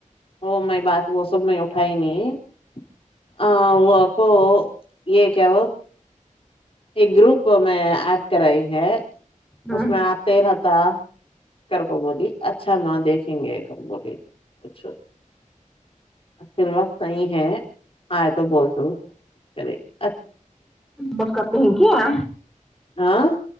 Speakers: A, on the left; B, in the centre.
A: وہ میں بات وہ سب میں اٹھاائی نہیں <unintelligible> آ وہ <unintelligible> ہو یہ کیا وہ <unintelligible> گروپ میں اج کرائی ہے
B: ہوں
A: اس میں آتے رہتا <unintelligible> کرک بہی اچھا م دیکھ <unintelligible> شگ کر بلیے <unintelligible> اچھا <unintelligible> فلوس نہیںحی ہے آئے تو بول توے <unintelligible>
B: بس کرتے ہیں کیا
A: ہاں